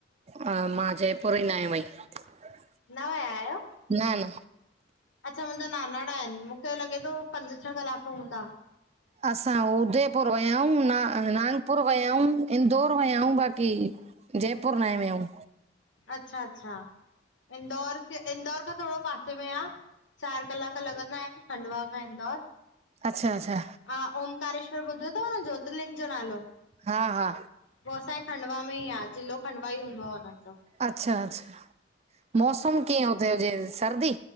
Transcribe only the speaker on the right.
हा मां जयपुर ई न वयमई।
न न।
असां उदयपुर वया यूं, ना नागपुर वया आयूं, इंदौर वया यूं बाक़ी जयपुर नाए वियायूं।
अच्छा अच्छा
हा हा।
अच्छा अच्छा मौसम कीअं हुते हुजे सर्दी